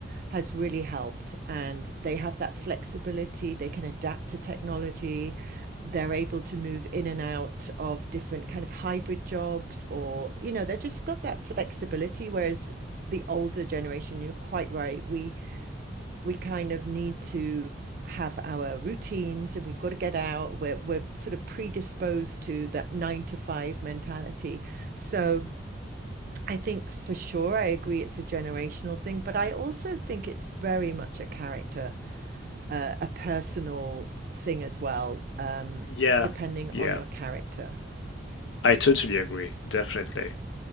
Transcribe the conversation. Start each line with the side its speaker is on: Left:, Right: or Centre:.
Right: has really helped. And they have that flexibility, they can adapt to technology, they're able to move in and out of different kind of hybrid jobs, or you know, they just got that flexibility. Whereas the older generation, you're quite right, we we kind of need to have our routines and we've got to get out. We're we're sort of predisposed to that nine to five mentality. So I think for sure I agree it's a generational thing, but I also think it's very much a character, uh, a personal thing as well, um,
Left: yeah,
Right: depending
Left: yeah.
Right: on your character.
Left: I totally agree, definitely.